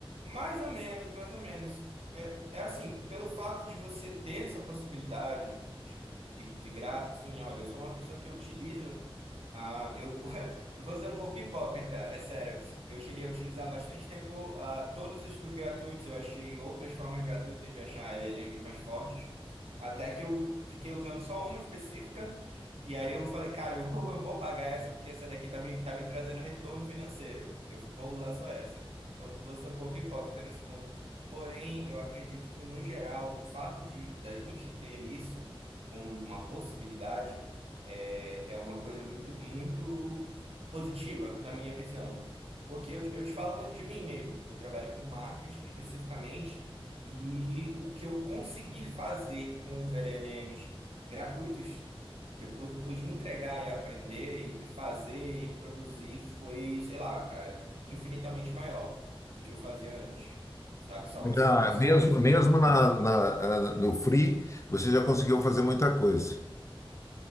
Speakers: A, on the right; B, on the left.
A: mais ou menos, mais ou menos. É, é assim, pelo fato de você ter essa possibilidade de, de graça, assim, olha, eu sou uma pessoa que utiliza Ah, eu, <laughs> eu vou ser um pouco hipócrita, é sério. Eu cheguei a utilizar bastante tempo ah, todos os, os gratuitos. Eu achei outras formas gratuitas de achar LLMs mais fortes. Até que eu fiquei usando só uma específica. E aí eu falei, cara, eu vou, eu vou pagar essa porque essa daqui tá me, tá me trazendo retorno financeiro. Eu vou usar só essa. Então, eu vou ser um pouco hipócrita nesse ponto. Porém, eu acredito que, no geral, o fato de da gente ter isso como uma possibilidade é, é uma coisa muito, muito positiva na minha visão. Porque eu, eu te falo de mim mesmo. Eu trabalho com marketing especificamente e o que eu consegui fazer com os LLMs gratuitos, que eu pu- pude entregar e aprender e fazer e produzir foi, sei lá, cara, infinitamente maior do que eu fazia antes, sabe? Só com essa
B: Já,
A: evolução.
B: mesmo mesmo na, na- ah, no Free, você já conseguiu fazer muita coisa.